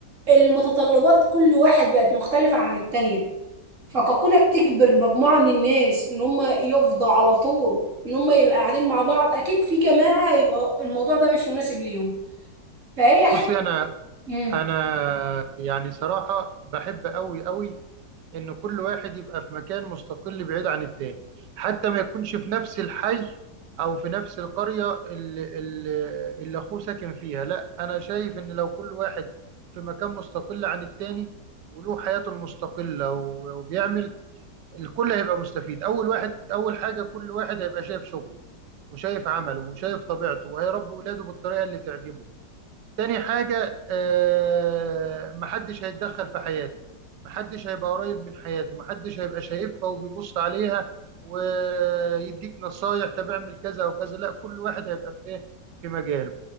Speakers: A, on the right; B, on the right.
A: المتطلبات كل واحد بقت مختلفة عن التانية فكونك تجبر مجموعة من الناس ان هم يفضوا على طول ان هم يبقى قاعدين مع بعض اكيد في جماعة يبقى الموضوع ده مش مناسب ليهم فهي حتة
B: بصي انا
A: امم
B: انا يعني صراحه بحب قوي قوي ان كل واحد يبقى في مكان مستقل بعيد عن التاني حتى ما يكونش في نفس الحي او في نفس القرية اللي, اللي, اللي اخوه ساكن فيها لا انا شايف ان لو كل واحد في مكان مستقل عن التاني وله حياته المستقلة و- وبيعمل الكل هيبقى مستفيد اول واحد اول حاجة كل واحد هيبقى شايف شغله وشايف عمله وشايف طبيعته وهيربي ولاده بالطريقة اللي تعجبه تاني حاجة آه، محدش هيتدخل في حياته محدش هيبقى قريب من حياته محدش هيبقى شايفها وبيبص عليها ويديك نصايح طب اعمل كذا وكذا لا كل واحد هيبقى في ايه في مجاله